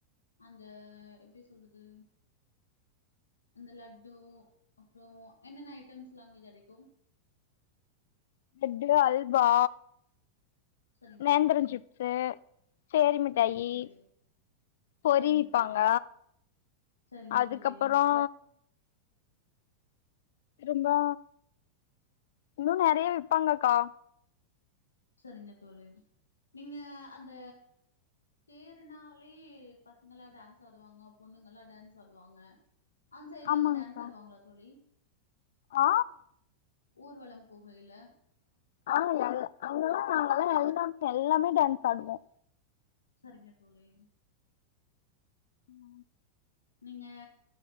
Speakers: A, on the left (about 75°); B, on the left (about 60°).
A: அந்த எப்டி சொல்றது அந்த லட்டு அப்றோ என்னென்ன ஐட்டம்ஸ்ல்லா அங்க கெடைக்கு
B: லட்டு அல்வா
A: சரிங்க
B: நேந்திரம்
A: தோழி,
B: சிப்ஸு சேரி மிட்டாயி
A: சரிங்க தோழி,
B: பொறிவிப்பாங்க
A: சரிங்க தோழி, சரிங்க
B: அதுக்கப்பறோ
A: தோழி,
B: ரும்பா இன்னு நெறைய விப்பாங்கக்கா
A: சரிங்க தோழி நீங்க அந்த தேர்னாலாலே பசங்கல்லா டான்ஸ் ஆடுவாங்க பொண்ணுங்கல்லா டான்ஸ் ஆடுவாங்க அந்த்சைட்லா
B: ஆமாங்க்கா
A: அங்க டான்ஸ் ஆடுவாங்களா தோழி
B: ஆ
A: ஊர்வலம் பொகையில
B: ஆ அங்க அங்கதா நாங்கல்லா எல்லாமே எல்லாமே டான்ஸ் ஆடுவோ
A: சரிங்க தோழி
B: ம்‌ ம்
A: நீங்க